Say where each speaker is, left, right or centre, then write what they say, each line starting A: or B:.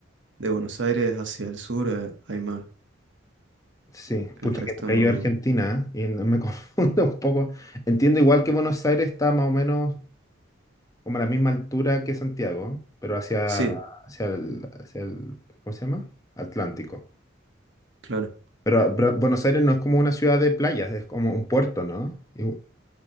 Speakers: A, on the right (about 70°); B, on the left (about 15°).
A: de Buenos Aires hacia el sur, eh, hay mar.
B: Sí,
A: El
B: pucha
A: resto
B: que nunca
A: no.
B: he ido a Argentina ¿eh? y no- me <laughs> confundo un poco. Entiendo igual que Buenos Aires está más o menos como a la misma altura que Santiago, pero hacia,
A: Sí,
B: hacia el, hacia el, ¿cómo se llama? Atlántico.
A: claro.
B: Pero, pero Buenos Aires no es como una ciudad de playas, es como un puerto, ¿no? Y-